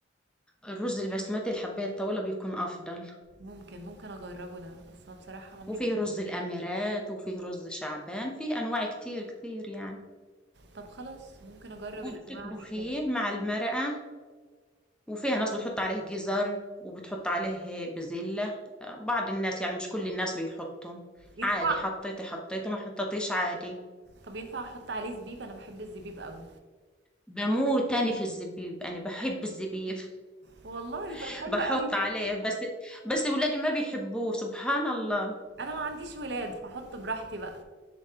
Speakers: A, in the centre; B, on the right.
A: الرز البسمتي الحباية الطويلة بيكون أفضل
B: ممكن، ممكن أجرّبه ده، بس هو بصراحة عمري
A: وفيه
B: ما
A: رز الأميرات وفيه رز شعبان فيه أنواع كتير كتير يعني
B: طب خلاص ممكن أجرّب
A: وبتطبخيه
B: الأنواع دي كده،
A: مع المرقة وفيها ناس بتحط عليه جزر وبتحط عليه بزلة آه، بعض الناس يعني مش كل الناس بيحطهم
B: ينفع
A: عادي حطيتي حطيتي ما حطيتيش عادي
B: طب ينفع أحُط عليه زبيب؟ أنا باحب الزبيب أوي.
A: بموت تاني في الزبيب انا بحب الزبيب
B: والله!
A: <laughs>
B: طب حلو
A: بحط
B: أوي.
A: عليه بس بس ولادي ما بيحبوه سبحان الله
B: انا ما عنديش ولاد فاحط براحتي بقى